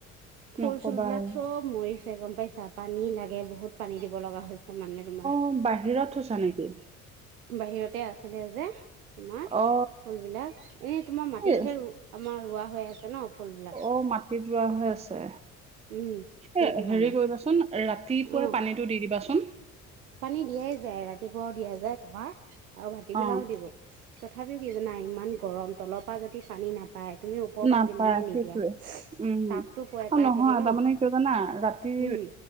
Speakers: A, on the right; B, on the right.
A: ফুল
B: নকবা
A: চুল বিলাক
B: আৰু
A: চব মৰিছে গ'ম পাইছা, পানী লাগে বহুত পানী দিব লগা হৈছে মানে তোমাৰ।
B: ফুল বাহিৰত থৈছা নেকি?
A: বাহিৰতে আছিলে যে তোমাৰ
B: অ
A: ফুল বিলাক। এনেই তোমাৰ মাটিতহে
B: এ
A: আমাৰ ৰোৱা হৈ আছে ন ফুলবিলাক।
B: অ মাটিত ৰোৱা হৈ আছে।
A: উম সেইটো
B: এ হেৰি
A: কাৰণে
B: কৰিবাচোন ৰাতিপুৱা
A: অ
B: পানীত টো দি দিবাচোন।
A: পানী দিয়াই যায়, ৰাতিপুৱাও দিয়া যায় তোমাৰ আৰু ভাটি বেলাও
B: অ
A: দিব। তথাপিও কি জানা ইমান গৰম, তলৰ পৰা যদি পানী নাপ পাই তুমি ওপৰৰ
B: নাপায়
A: পৰা যিমানেই
B: সেইটোৱে
A: নিদিয়া।
B: উম,
A: তাপতো প
B: আৰু'
A: পাই
B: নহয়
A: থাকে ন
B: তাৰমানে কিয় জানা, ৰাতি
A: উম